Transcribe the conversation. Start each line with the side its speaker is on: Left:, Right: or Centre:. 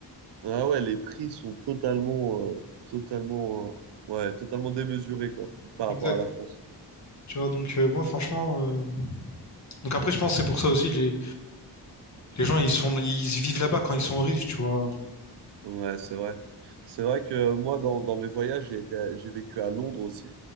Right: Ah ouais, les prix sont totalement, euh, totalement, euh, ouais, totalement démesurés, quoi, par
Left: Exact.
Right: rapport à la France.
Left: Tu vois, donc euh, moi franchement, euh, donc après je pense que c'est pour ça aussi les les gens ils sont ils vivent là-bas quand ils sont riches, tu vois.
Right: Ouais, c'est vrai. C'est vrai que moi, dans, dans mes voyages, j'ai été, à- j'ai vécu à Londres aussi.